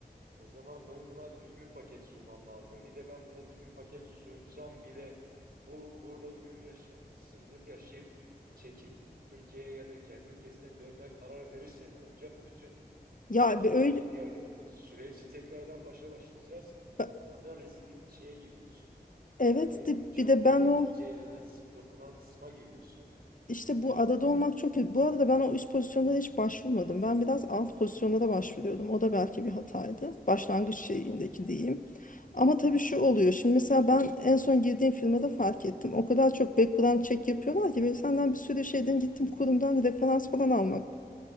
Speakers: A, on the right; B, on the left.
A: O zaman ben buna düzgün bir paket sunmam lazım. Bir de ben buna düzgün paket sunsam bile bu burada uyum yaşa- sızlık yaşayıp çekip Türkiye'ye ya da kendi ülkesine dönme karar verirse ne olacak? Bütün
B: Ya
A: bu altı
B: bir öyle
A: yedi aylık bu süreci tekrardan başa başlayacağız.
B: ba-
A: Orada riskli şeye giriyorsun.
B: evet
A: Yani
B: de,
A: e, çok
B: bir de
A: böyle
B: ben o
A: ince elenen, sık dokunan kısma giriyorsun.
B: İşte bu adada olmak çok kötü. Bu arada ben o üst pozisyonlara hiç başvurmadım. Ben biraz alt pozisyonlara başvuruyordum. O da belki bir hataydı. Başlangıç şeyindeki diyeyim. Ama
A: Hı hı,
B: tabii şu oluyor. Şimdi mesela ben en son girdiğim firmada fark ettim. O kadar çok background check yapıyorlar ki böyle senden bir sürü şeyden gittim kurumdan referans falan almak